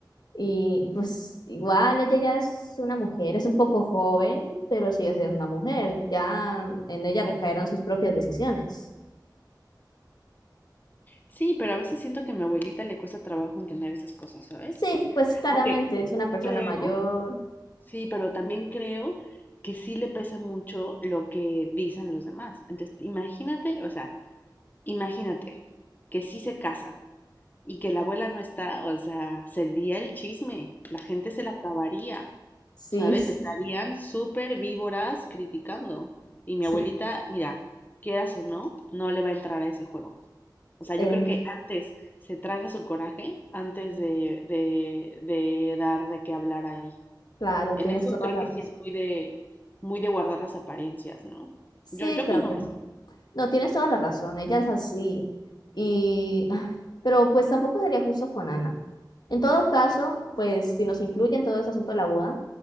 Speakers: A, on the left; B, on the left.
A: Y, y pues igual ella ya es una mujer, es un poco joven, pero sigue siendo una mujer. Ya en ella recaerán sus propias decisiones.
B: Sí, pero a veces siento que a mi abuelita le cuesta trabajo entender esas cosas, ¿sabes?
A: Sí, pues claramente
B: Aunque
A: es una persona
B: creo,
A: mayor.
B: sí, pero también creo que sí le pesa mucho lo que dicen los demás. Entonces, imagínate, o sea, imagínate que sí se casan y que la abuela no está, o sea, sería el chisme, la gente se la acabaría,
A: Sí,
B: ¿sabes?
A: s-
B: Estarían súper víboras criticando. Y mi
A: s-
B: abuelita, mira, quieras o no, no le va a entrar a ese juego. O sea, yo
A: eh,
B: creo que antes se traga su coraje antes de, de, de dar de qué hablar ahí.
A: claro,
B: En
A: tienes
B: eso
A: toda
B: creo
A: la
B: que
A: razón.
B: sí es muy de, muy de guardar las apariencias, ¿no?
A: Sí,
B: Yo, yo opino
A: también.
B: eso,
A: No, tienes toda la razón, ella es así. Y, <sighs> ah, pero pues tampoco sería justo con Ana. En todo caso, pues si nos incluyen todo ese asunto de la boda,